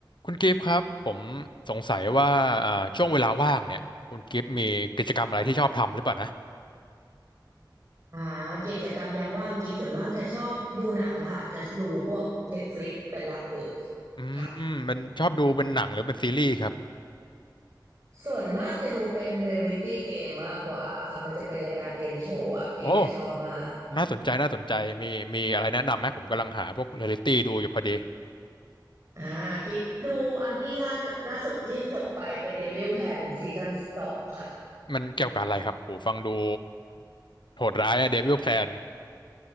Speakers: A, on the left (about 80°); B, on the right (about 40°).
A: คุณกิฟต์ครับผมสงสัยว่าเอ่อช่วงเวลาว่างเนี่ยคุณกิฟต์มีกิจกรรมอะไรที่ชอบทำหรือเปล่านะ
B: อ่ากิจกรรมยามว่างกิฟส่วนมากจะชอบดูหนังค่ะจะดูพวก Netflix เป็นหลักเลย
A: อืมเป็นชอบดูเป็นหนังหรือเป็นซีรีส์ครับ
B: ค่ะส่วนมากจะดูเป็นเรียลิตี้เกมมากกว่าค่ะมันจะเป็นรายการเกมโชว์อ่ะกิฟจะชอบมาก
A: โอ้น่าสนใจน่าสนใจมีมีอะไรแนะนำไหมผมกำลังหาพวกเรียลลิตี้ดูอยู่พอดี
B: อ่ากิฟดูอันที่ล่าจล่าสุดที่จบไปเป็น Devil Pen ซีซั่นสองค่ะ
A: มันเกี่ยวกับอะไรครับโหฟังดูโหดร้ายอะเดวิลแพลน